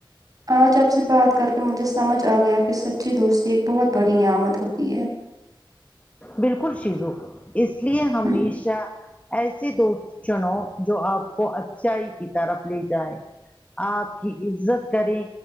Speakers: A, on the right (about 45°); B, on the left (about 15°).
A: اج اپ سے بات کر کے مجھے سمجھ اگیا کہ سچی دوستی ایک بہت بڑی نعمت ہوتی ہے
B: بالکل شیزو اس لیے ہمیشہ
A: ہوں
B: ایسے دوست چنوں جو اپ کو اچھائی کی طرف لے جائے اپ کی عزت کریں